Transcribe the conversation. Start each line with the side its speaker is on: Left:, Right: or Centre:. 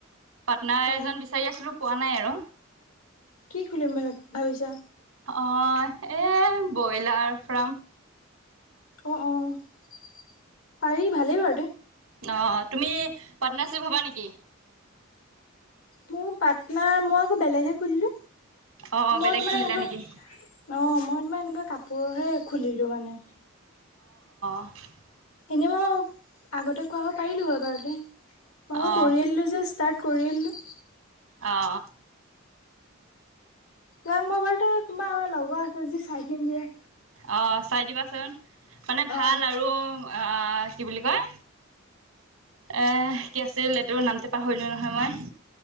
Right: পাৰ্টনাৰ
Left: অ
Right: এজন বিচাৰি আছিলোঁ পোৱা নাই আৰু।
Left: কি খুলিম ভ ভাবিছা?
Right: অ', এই ব্ৰইলাৰ ফাৰ্ম
Left: অ', অ', পাৰি ভালেই বাৰু
Right: অ', তুমি পাৰ্টনাৰশ্বিপ হবা নিকি?
Left: মোৰ পাটনাৰ, মই আকৌ বেলেগহে খুলিলো।
Right: অ'
Left: মই
Right: বেলেগ
Left: মানে
Right: খুলিলা
Left: এনেকুৱা
Right: নেকি
Left: অ', মই তোমাৰ এনেকুৱা কাপোৰহে খুলিলো মানে।
Right: <unintelligible>
Left: এনেই মই আগতে কৰাব পাৰিলোঁ হয় বাৰুতে, মই আকৌ
Right: অ'
Left: কৰিয়ে দিলো যে ষ্টাৰ্ট। কৰিলোঁ।
Right: অ'।
Left: তাক মই বাৰুতে তোমাৰ আমাৰ লগৰ আছে যি চাই থিম দিয়ে।
Right: অ', চাই দিবাচোন মানে
Left: অ
Right: ভাল আৰু আ কি বুলি কয় এ কি আছিল এতোৰ নামতে পাহৰিলো নহয় মই।